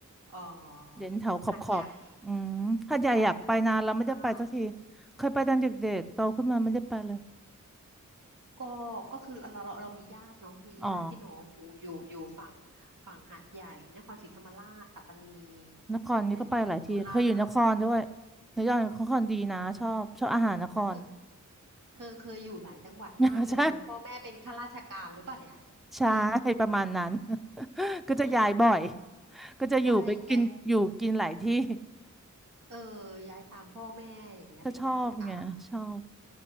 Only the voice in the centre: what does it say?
เด่นแถวขอบขอบอืมหาดใหญ่อยากไปนานแล้วไม่ได้ไปสักที
เคยไปตอนเด็กๆโตขึ้นมาไม่ได้ไปเลย
อ๋อ
นครนี่ก็ไปหลายทีเคยอยู่นครด้วย
นครนครดีนะชอบชอบอาหารนคร
<laughs> ใช่ใช่ประมาณนั้น <laughs>
ก็จะย้ายบ่อย ก็จะอยู่ไปกินอยู่กินหลายที่
<laughs>
ก็ชอบไงชอบ